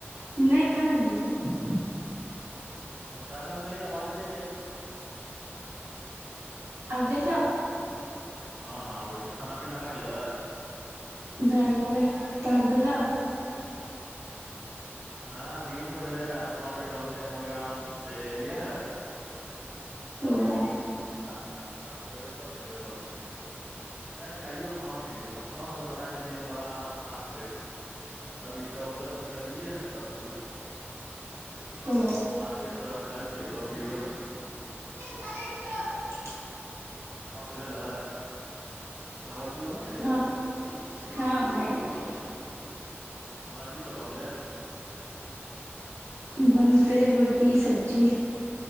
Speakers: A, on the right (about 80°); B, in the centre.
A: नहि कहां लगेने छियै
B: ओ त तऽ हम कहि आवाज किया नै जाइ छै
A: आब जाय
B: हँ हँ आबै छै खाना पीना भए गेलै
A: भए गेलै तोहर भेला
B: हँ दिन मे भेले रहे आब सांझमे बनते मुर्गा आन ले ले एलियै
A: तऽ
B: आ आब जेबै तब खेबै ब नै चाहियो कहाँ पीलिअ अपनासँ बनाकऽ पियैमे बड़ा आसकैत तऽ अभी चौक तरफ निकललियए ह त पिबै
A: ओ
B: मार्केट तरफ आयल छियै तब पिबै
A: चलै छियौ ह <inaudible>
B: अहाँके भेलै भागलपुर मे
A: हँ हँ भए गेल
B: खाना की सब बनै रैतमे
A: बनतै रोटी सब्जी